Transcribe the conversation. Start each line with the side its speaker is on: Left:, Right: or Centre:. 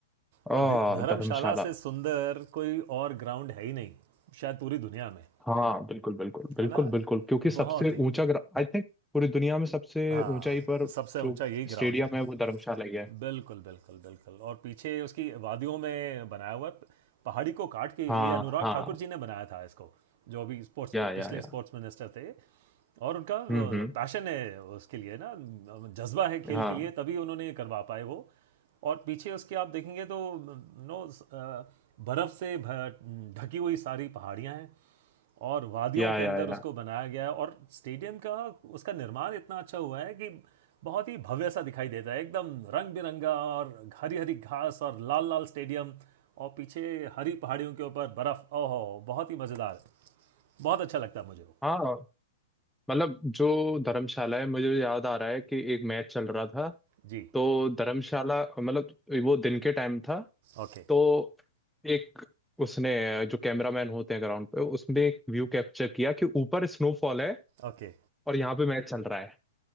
Centre: ओ
Right: और धि- धर्मशाला
Centre: धर्मशाला
Right: से सुंदर कोई और ग्राउंड है ही नहीं शायद पूरी दुनिया में
Centre: हाँ बिल्कुल बिल्कुल बिल्कुल
Right: है ना
Centre: बिल्कुल क्योंकि सबसे
Right: बहुत ही
Centre: ऊंचा आई थिंक पूरी दुनिया में सबसे
Right: हाँ
Centre: ऊंचाई पर
Right: सबसे
Centre: जो
Right: ऊंचा यही ग्राउंड
Centre: स्टेडियम
Right: है
Centre: है वो धर्मशाला ही है
Right: बिल्कुल बिल्कुल बिल्कुल और पीछे उसकी वादियों में बनाया हुआ है पहाड़ी को काट के
Centre: हाँ
Right: ये अनुराग
Centre: हाँ
Right: ठाकुर जी ने बनाया था इसको जो अभी स्पोर्ट्स
Centre: या या
Right: पिछले
Centre: या
Right: स्पोर्ट्स मिनिस्टर थे और उनका
Centre: हम्म हम्म
Right: पैशन है उसके लिए ना जज्बा है खेल
Centre: हाँ
Right: के लिए तभी उन्होंने ये करवा पाए वो और पीछे उसके आप देखेंगे तो नो बर्फ़ से भ- ढकी हुई सारी पहाड़ियाँ हैं और वादियों
Centre: या
Right: के
Centre: या
Right: अंदर
Centre: या
Right: उसको बनाया गया है और स्टेडियम का उसका निर्माण इतना अच्छा हुआ है कि बहुत ही भव्य सा दिखाई देता है एकदम रंग बिरंगा और हरी हरी घास और लाल लाल स्टेडियम और पीछे हरी पहाड़ियों के ऊपर बर्फ ओहो बहुत ही मज़ेदार बहुत अच्छा लगता है मुझे वो
Centre: हाँ मतलब जो धर्मशाला है मुझे याद आ रहा है कि एक मैच चल रहा था
Right: जी
Centre: तो धर्मशाला मतलब वो दिन के टाइम था
Right: ओके
Centre: तो एक उसने जो कैमरामैन होते हैं ग्राउंड पे उसने एक व्यू कैप्चर किया कि ऊपर स्नोफॉल है
Right: ओके
Centre: और यहाँ पे मैच चल रहा है